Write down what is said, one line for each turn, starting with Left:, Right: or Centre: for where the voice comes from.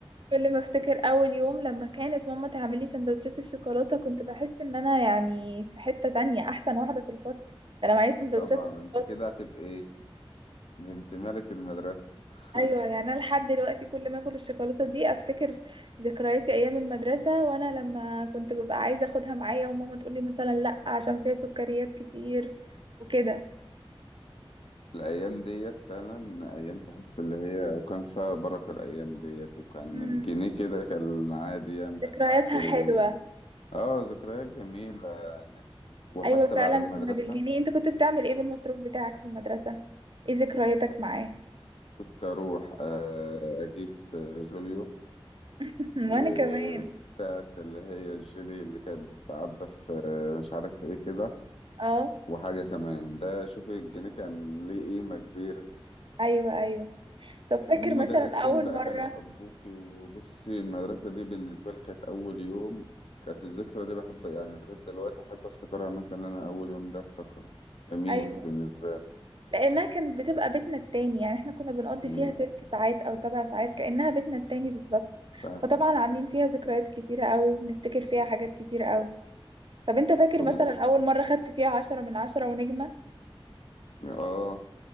Right: كل ما افتكر اول يوم لما كانت ماما تعمل لي سندوتشات الشوكولاتة كنت بحس ان انا يعني في حتة تانية احسن واحدة في الفصل ده انا معايا سندوتشات
Left: طبعا
Right: شوكولاتة
Left: انت كده هتبقي بنت ملك المدرسة <laughs>
Right: ايوه يعني انا لحد دلوقتي كل ما اكل الشوكولاته دي افتكر ذكرياتي ايام المدرسه وانا لما كنت ببقى عايزه اخدها معايا وماما تقولي مثلا لا عشان فيها سكريات كتير وكده
Left: الأيام ديت فعلا أيام تحس اللي هي وكان فيها بركة الأيام ديت وكان
Right: امم
Left: الجنيه كده كان عادي يعمل
Right: ذكرياتها
Left: معاك ال...
Right: حلوه
Left: اه ذكريات جميلة يعني وحتى
Right: ايوه فعلا
Left: بعد المدرسة
Right: كنا بالجنيه انت كنت بتعمل ايه بالمصروف بتاعك في المدرسه ايه ذكرياتك معاه
Left: كنت أروح آه، أجيب جوليو
Right: <laughs>
Left: وبتاعت
Right: وانا كمان
Left: اللي هي الجيلي اللي كانت بتتعبى في مش عارف ايه كده
Right: اه
Left: وحاجة كمان ده شوفي الجنيه كان ليه قيمة كبيرة
Right: ايوه ايوه طب فاكر
Left: والمدرسين
Right: مثلا اول
Left: بقى
Right: مره
Left: كانوا يحبوك وبصي المدرسة دي بالنسبة لي كانت أول يوم كانت الذكرى دي بحب يعني لغاية دلوقتي أحب أفتكرها مثلا أنا أول يوم ده أفتكره جميل
Right: أيوة.
Left: بالنسبة لي
Right: لانها كانت بتبقى بيتنا التاني يعني احنا كنا بنقضي
Left: أمم،
Right: فيها ست ساعات او سبع ساعات كانها بيتنا التاني بالظبط
Left: فعلا
Right: فطبعا عاملين فيها ذكريات كتيره قوي وبنفتكر فيها حاجات كتيره قوي طب انت فاكر
Left: طب
Right: مثلا اول مره خدت فيها عشرة من عشرة ونجمه
Left: آه